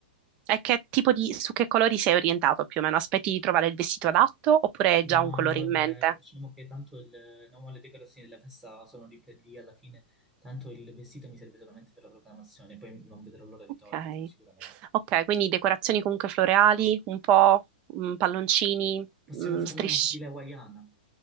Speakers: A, on the right; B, in the centre.
A: E che tipo di, su che colori sei orientato più o meno? Aspetti di trovare il vestito adatto oppure hai
B: No,
A: già un colore
B: no, vabbè,
A: in mente?
B: facciamo che tanto il, no, le decorazioni della festa sono lì per lì alla fine, tanto il vestito mi serve solamente per la proclamazione, poi non vedrò l'ora di
A: Ok,
B: toglierlo sicuramente.
A: ok, quindi decorazioni comunque floreali, un po' mm, palloncini,
B: Possiamo
A: mm,
B: farla
A: strisce.
B: stile hawaiana.